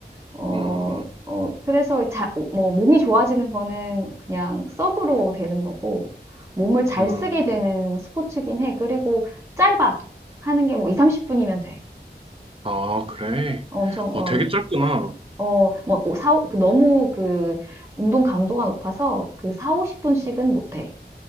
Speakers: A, on the right; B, on the right.
A: 어,
B: 음,
A: 어, 그래서 자, 뭐, 몸이 좋아지는 거는 그냥 서브로 되는 거고, 몸을 잘
B: 음.
A: 쓰게 되는 스포츠긴 해. 그리고 짧아. 하는 게 뭐 2, 30분이면 돼.
B: 아, 그래.
A: 어, 엄청,
B: 어,
A: 어,
B: 되게 짧구나.
A: 어, 뭐, 오, 사, 그 너무 그, 운동 강도가 높아서 그 4, 50분씩은
B: 음.
A: 못 해.